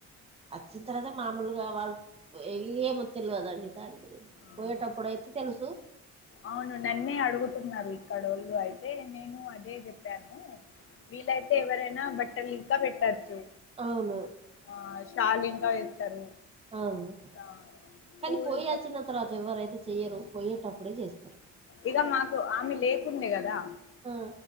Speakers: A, on the right; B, on the left.
A: వచ్చిన తర్వాత మామూలుగా వాళ్ళు ఏమో తేల్వదండి దాని గురి
B: ఆహా
A: పోయేటప్పుడు అయితే తెలుసు
B: అవును అన్నీ అడుగుతున్నారు ఇక్కడోళ్ళు అయితే నేను అదే చెప్ చెప్పాను వీళ్లైతే ఎవరైనా బట్టలు ఇంకా పెట్టచ్చు
A: అవును
B: ఆ షాలి ఇంకా వేస్తారు
A: అవును
B: ఆ
A: కానీ
B: కూల్
A: పోయి వచ్చిన తర్వాత ఎవరైతే చెయరు పోయేటప్పుడే చేస్తారు
B: ఇగ మాకు ఆమె లేకుండే కదా
A: ఆ